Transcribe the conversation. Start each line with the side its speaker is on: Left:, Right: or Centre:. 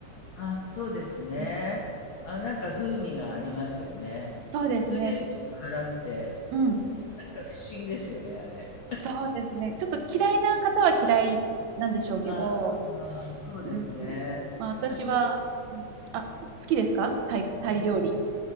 Left: あ、そうですね。
Right: うん
Left: あ、なんか風味がありますよね。
Right: そうですね。
Left: それでちょっと辛くて、
Right: うん。
Left: なんか不思議ですよね、あれ。
Right: そうですね。ちょっと嫌いな方は嫌いなんでしょうけど、
Left: ああ、そうですね。
Right: うん。まあ、私は、
Left: 私は
Right: うんあ、好きですかタイ、タイ料理。
Left: 大好きです。